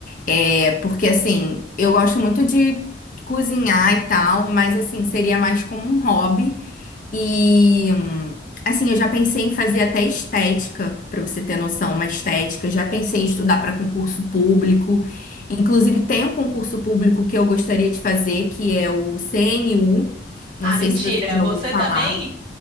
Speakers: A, on the left; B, on the right.
A: É, porque assim, eu gosto muito de cozinhar e tal, mas assim, seria mais como um hobby. E assim, eu já pensei em fazer até estética, pra você ter noção, uma estética. Já pensei em estudar para concurso público. Inclusive, tem um concurso público que eu gostaria de fazer, que é o CNU. Não
B: Ah,
A: sei
B: mentira.
A: se você já
B: Você
A: ouviu falar.
B: também?